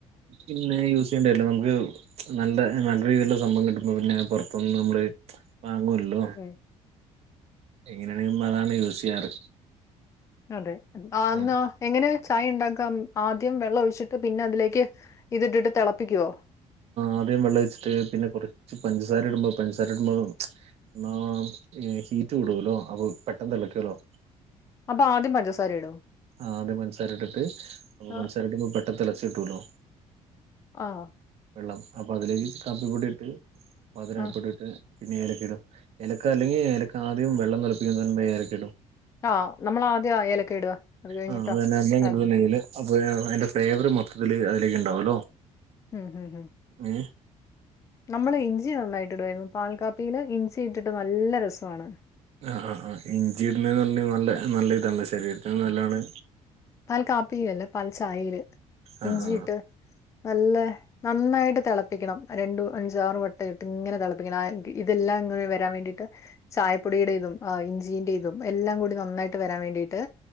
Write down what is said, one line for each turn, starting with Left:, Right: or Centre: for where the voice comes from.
Right: പിന്നെ യൂസ് ചെയ്യേണ്ടല്ലോ നമുക്ക് നല്ല നല്ല രീതിയിലുള്ള സംഭവം കിട്ടുപോ പിന്നെ പൊറത്തുന്ന് നമ്മള് വാങ്ങൂലല്ലോ
Left: ഉം
Right: എങ്ങനെയാണെങ്കിലും അതാണ് യൂസ് ചെയ്യാറ്
Left: അതെ ആന്നോ
Right: ആ
Left: എങ്ങനെ ചായ ഇണ്ടാക്കാം ആദ്യം വെള്ളം ഒഴിച്ചിട്ട് പിന്നെ അതിലേക്ക് ഇതിട്ടിട്ട് തിളപ്പിക്കുവോ
Right: ആദ്യം വെള്ളം വെച്ചിട്ട് പിന്നെ കുറച്ച് പഞ്ചസാര ഇടുമ്പോ പഞ്ചസാര ഇടുമ്പോ ആഹ് ഹീറ്റ് കൂടുല്ലോ അപ്പോ പെട്ടെന്ന് തിളിക്കുവല്ലോ
Left: അപ്പൊ ആദ്യം പഞ്ചസാര ഇടോ
Right: ആദ്യം പഞ്ചസാര ഇട്ടിട്ട് അപ്പൊ
Left: ആഹ്
Right: പഞ്ചസാരയിട്ട് പെട്ടെന്ന് തിളക്കും ഡൂലോ <unintelligible>
Left: ആഹ
Right: വെള്ളം അപ്പോം അതിലേക്ക് കാപ്പിപ്പൊടി ഇട്ട് മധുരം
Left: ആഹ്
Right: അപ്പ ഇട്ടിട്ട് പിന്നെ ഏലക്ക ഇടും ഏലക്ക അല്ലെങ്കിൽ ഏലക്ക ആദ്യം വെള്ളം തിളപ്പിക്കുമ്പോ ഏലക്ക ഇടും
Left: ആഹ നമ്മള ആദ്യം ഏലക്ക ഇടുക അത് കഴിഞ്ഞിട്ടാ
Right: ആഹ അതന്നെ അമ്മെങ്ങ
Left: കാപ്പി
Right: തെയില് <unintelligible> അപ്പോ അതിന്റെ ഫ്ലേവർ മൊത്തത്തിൽ അതിലേക്ക് ഉണ്ടാവുമല്ലോ
Left: ഉം ഹം ഹം
Right: ഏഹ്
Left: നമ്മള് ഇഞ്ചി നന്നായിട്ട് ഇടുമായിരുന്നു പാൽ കാപ്പിയില് ഇഞ്ചി ഇട്ടിട്ട് നല്ല രസമാണ്
Right: ആ ആ ആ ഇഞ്ചി ഇടുന്നത് പറഞ്ഞ നല്ല നല്ല ഇതാണ് ശരീരത്തിന് നല്ലതാണ്
Left: പാൽ കാപ്പിയിലല്ലേ പാൽ ചായൽ
Right: ആ
Left: ഇഞ്ചിയിട്ട്
Right: ആ
Left: നല്ല നന്നായിട്ട് തിളപ്പിക്കണം രണ്ടു അഞ്ചാറ് വട്ടം ഇട്ട് ഇങ്ങനെ തിളപ്പിക്കണം ഇതെല്ലാം ഇങ്ങനെ വരാൻ വേണ്ടിട്ട് ചായപ്പൊടിയട ഇതും ഇഞ്ചിന്റെ ഇതും എല്ലാം കൂടി നന്നായിട്ട് വരാൻ വേണ്ടിയിട്ട്